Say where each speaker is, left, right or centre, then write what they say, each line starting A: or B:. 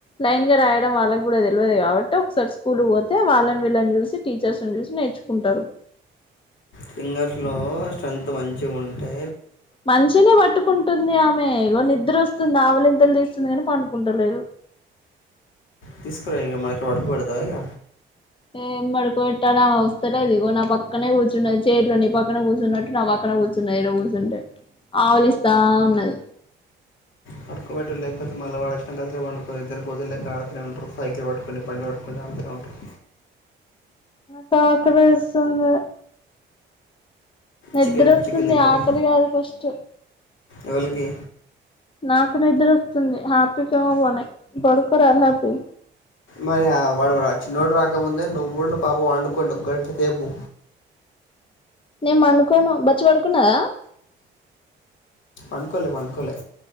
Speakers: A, on the left; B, on the left.
A: లైన్ గా రాయడం వాళ్ళకి కూడా తెలియదు కాబట్టి ఒకసారి స్కూల్ పోతే వాళ్ళని వీళ్ళని చూసి టీచర్స్ని చూసి నేర్చుకుంటారు
B: ఫింగర్స్ లో స్ట్రెంత్ మంచి గుంటే
A: మంచినే పట్టుకుంటుంది ఆమె ఇగో నిద్ర వస్తుంది. ఆవలింతలు తీస్తుంది కాని పండుకుంటలేదు
B: తీసుకురా ఇగ మరి ఇక్కడ పడుకో బెడతావా ఇగ
A: ఏం పడుకో పెట్టాల ఆమె వస్తలేదు ఇగో నా పక్కనే కూర్చున్న చేతిలో నీ పక్కన కూర్చున్నట్టు నా పక్కన కూర్చున్నది ఈడ కూర్చుంటే ఆవలిస్తా ఉన్నది.
B: పడుకోబెట్టు లేకపోతే మళ్ళీ వాడొచ్చడానికి అసలు వండుకోదు ఇద్దరు కోతు లెక్క ఆడుతనే ఉంటారు. సైకిలు పట్టుకొని బండి పట్టుకొని ఆడుతనే ఉంటారు.
A: నాకు ఆకలేస్తుంది నిద్ర
B: చికెన్
A: వస్తుంది
B: చికెన్ తింటవా?
A: ఆకలి కాదు ఫస్ట్
B: ఎవలికి
A: నాకు నిద్రొస్తుంది ఆక <unintelligible> బాడుకో <unintelligible>
B: మరి ఆ వాడు చిన్నోడు రాకముందే నువ్వు పాప వండుకోండి ఒక గంట సేపు
A: నేను పనుకోను బచ్చి పడుకున్నాద
B: పనుకోలే పనుకోలే